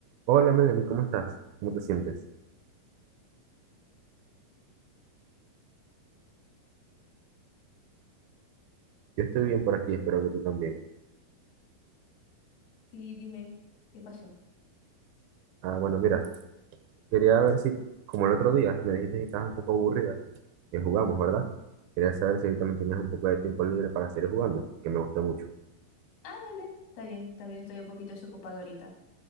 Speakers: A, on the right; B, on the left.
A: Hola Melanie, ¿cómo estás? ¿Cómo te sientes? Yo estoy bien por aquí, espero que tú también.
B: Sí, dime, ¿qué pasó?
A: Ah, bueno, mira, quería ver si, como el otro día, me dijiste que estabas un poco aburrida, que jugamos, ¿verdad? Quería saber si hoy también tenías un poco de tiempo libre para seguir jugando, que me gustó mucho.
B: Ah, dale, está bien, también estoy un poquito desocupado ahorita.